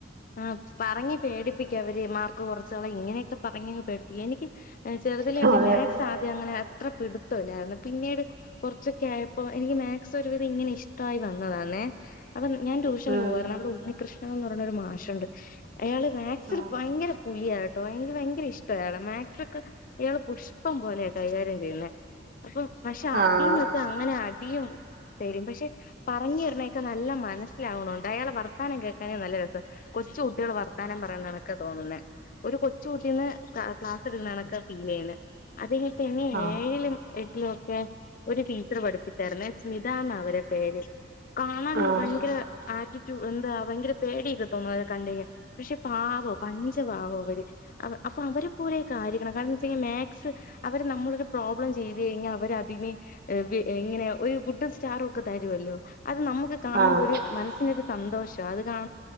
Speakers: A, on the left; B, on the right.
A: ആ പറഞ്ഞി പേടിപ്പിക്കാവര് മാർക്ക് കുറച്ചു കളയും ഇങ്ങനെയൊക്കെ പറഞ്ഞ ങ്ങ് പേടിപ്പിക്ക എനിക്ക് ചെറുതിലോട്ടെ
B: അതെ
A: മാത്‍സ് ആദ്യം അങ്ങനെ അത്ര പിടുത്തമില്ലാരുന്നു പിന്നീട്കൊറ ച്ചൊക്കെ ആയപ്പോ എനിക്ക് മാത്‍സ് ഒരുവിധം ഇങ്ങനെ ഇഷ്ടായി വന്നതാന്നേ അപ്പം ഞാൻ ട്യൂഷന്
B: ഉം
A: പോവാരുന്നു അവിടെ ഉണികൃഷണനെന്ന് പറയണൊരു മാഷ് ണ്ട് അയാള് മാക്സിൽ
B: ആഹ്
A: ഭയങ്കര പുലിയാട്ടോ എനിക്ക് ഭയ്ങ്കര ഇഷ്ടാ അയാളെ മാട്രിക്ക് അ യാള് പുഷ്പം പോലെയ കൈകാര്യം ചെയ്യുന്നേ അപ്പൊ പക്ഷെ
B: ആഹ്
A: അടീന്ന് വെച്ചാ അങ്ങനഅടിയും തരും പക്ഷെ പറഞ്ഞു തരണതൊ ക്കെ ക്കെ നല്ല മനസ്സിലാവണണ്ട് അയാൾ വർത്താനം കേൽ - എ നല്ല രസം കൊച്ചു കുട്ടികൾ വർത്താനം പറയുന്നാണക്ക തോന്നുന്നുന്നത് ഒരു കൊച്ച കൂട്ടീന്ന് ക്ലാസ് എടുക്കണാണ്ക്കെ പിന്നെണ് ഫീൽ ചെയ്യുന്നത് അത് പിന്നെ
B: ആഹ്
A: ഏഴിലും എട്ടിലും ഒക്കെ ഒരു ടീച്ചർ പഠിപ്പിച്ചാ രുന്നെ സ്മിതന്ന അവരുടെ പേര് കാണാന്
B: ആഹ്
A: ഭയങ്കര ആറ്റിറ്റ്യൂ് എന്താ ഭയങ്കര പേടിക്കെ <unintelligible> കണ്ടു കഴിഞ്ഞ പക്ഷെ പാവമാ പഞ്ചപാവമാ അവര് അവരെ പോലെ കാര്യണം കാരണം വെച്ച് ഒര് പോലെ കാര്യങ്ങള് കാരണം എന്താന്നുവച്ചുകഴിഞ്ഞാൽ മാത്സ് അവരെ നമ്മളൊരു പ്രോബ്ലം ചെയ്ത്കഴിഞ്ഞാൽ കഴിഞ്ഞാൽ അവരതിനെ ഇങ്ങനെ ഒരു ഗുഡ് സ്റ്റാർ ഒക്കെ തരുവല്ലോ അത് നമുക്ക് കാണുമ്പോ
B: ആഹ്
A: ഒരു മനസ്സിന് ഒരു സന്തോഷം അത് കാണു -